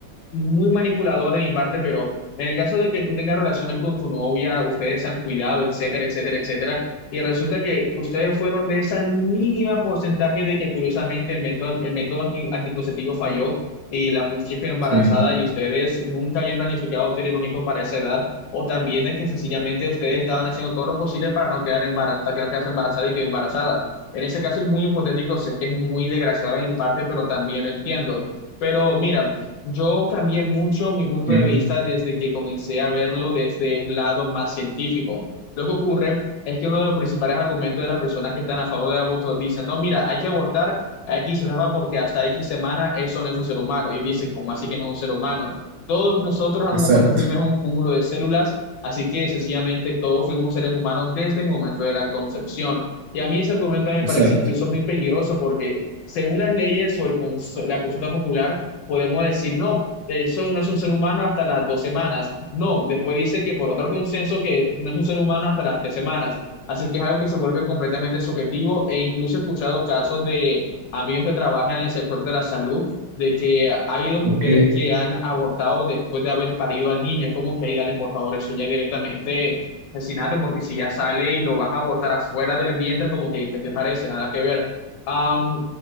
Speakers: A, on the left (about 75°); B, on the right (about 70°).
A: muy manipulador de mi parte, pero en el caso de que tú tengas relaciones con tu novia, ustedes se han cuidado, etcétera, etcétera, etcétera, y resulta que ustedes fueron de esa mínima porcentaje de que curiosamente el método, el método anti- anticonceptivo falló y la muchacha quedó embarazada
B: sí,
A: y ustedes nunca habían planificado tener un hijo para esa edad, o también de que sencillamente ustedes estaban haciendo todo lo posible para no quedar embarazada, para que no quedase embarazada y quedó embarazada. En ese caso es muy hipotético, sé que es muy desgraciado de mi parte, pero también lo entiendo. Pero mira, yo cambié mucho mi punto
B: ¿qué?
A: de vista desde que comencé a verlo desde un lado más científico. Lo que ocurre es que uno de los principales argumentos de las personas que están a favor del aborto dicen, no, mira, hay que abortar a X semana porque hasta X semana eso no es un ser humano. Y dice, ¿cómo así que no es un ser humano? Todos nosotros en algún
B: exacto,
A: momento fuimos un cúmulo de células, así que sencillamente todos fuimos seres humanos desde el momento de la concepción. Y a mí ese argumento me
B: exacto,
A: parece incluso muy peligroso porque según las leyes o el cons- la consulta popular, podemos decir, no, eso no es un ser humano hasta las dos semanas. No, después dice que por otro consenso que no es un ser humano hasta las tres semanas. Así que es algo que se vuelve completamente subjetivo e incluso he escuchado casos de amigos que trabajan en el sector de la salud, de que ha habido mujeres
B: ok,
A: que han abortado después de haber parido al niño. Es como que ahí dale, por favor, eso ya directamente asesinato, porque si ya sale y lo vas a abortar afuera del vientre, como que, ¿qué te parece? Nada que ver. Am,